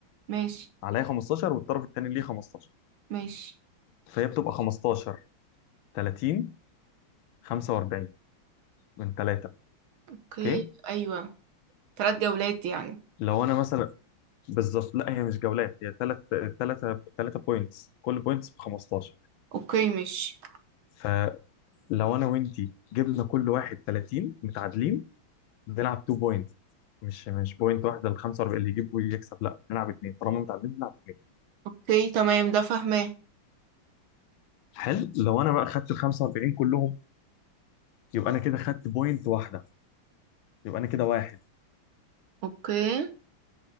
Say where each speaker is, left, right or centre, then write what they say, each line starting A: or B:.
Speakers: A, on the right; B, on the left.
A: ماشي
B: عليا 15 والطرف الثاني ليه 15
A: ماشي
B: فهي بتبقى 15 30 45 من ثلاثه
A: اوكي
B: اوكي
A: ايوه ثلاث جولات يعني
B: لو انا مثلا بالظبط لا هي مش جولات هي ثلاث ثلاثة ثلاثة بوينتس كل بوينتس ب 15
A: اوكي ماشي
B: فلو انا وانتي جبنا كل واحد 30 متعادلين بنلعب 2 بوينتس مش مش بوينت واحدة ال 45 اللي يجيب ويكسب لا بنلعب اثنين طالما متعادلين بنلعب اثنين
A: اوكي تمام ده فاهماه
B: حلو لو انا بقى خدت ال 45 كلهم يبقى انا كده خدت بوينت واحدة يبقى انا كده واحد
A: اوكي